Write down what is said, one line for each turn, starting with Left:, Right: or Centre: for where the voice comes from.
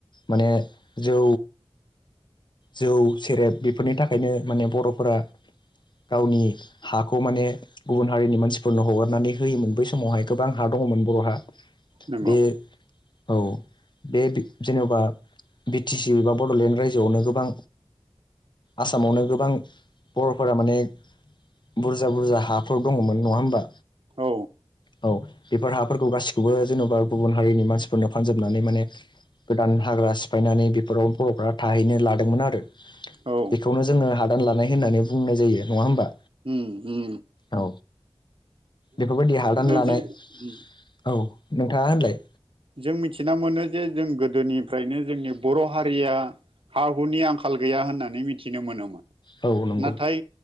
Left: माने जौ जौ सेरेब बेफोरनि थाखायनो माने बर'फोरा गावनि हाखौ माने गुबुन हारिनि मानसिफोरनो हगारनानै होयोमोन बै समावहाय गोबां हा दंमोन बर'हा
Right: नोंगौ
Left: बे औ बे बि जेनबा बि टि सि बा बडलेण्ड रायजोआवनो गोबां आसामावनो गोबां बर'फोरा माने बुरजा बुरजा हाफोर दङमोन नङा होमबा
Right: औ
Left: औ बेफोर हाफोरखौ गासिखौबो जेनबा गुबुन हारिनि मानसिफोरनो फानजोबनानै माने गोदान हाग्रा सिफायनानै बेफोराव बर'फ्रा थाहैनो लादोंमोन आरो
Right: औ
Left: बेखौनो जोङो हादान लानाय होननानै बुंनाय जायो नङा होमबा
Right: उ उ
Left: औ बेफोरबायदि हादान लानाय
Right: जे
Left: औ
Right: उम
Left: नोंथाङा होनलाय
Right: जों मिथिना मोनो जे जों गोदोनिफ्रायनो जोंनि बर' हारिया हा हुनि आंखाल गैया होननानै मिथिनो मोनोमोन
Left: औ नंगौ
Right: नाथाय